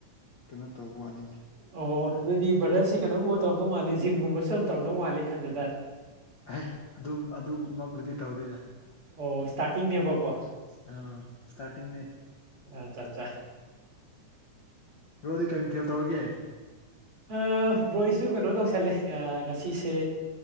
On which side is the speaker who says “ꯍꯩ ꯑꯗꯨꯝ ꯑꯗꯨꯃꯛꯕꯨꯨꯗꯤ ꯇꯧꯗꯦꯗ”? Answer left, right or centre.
Left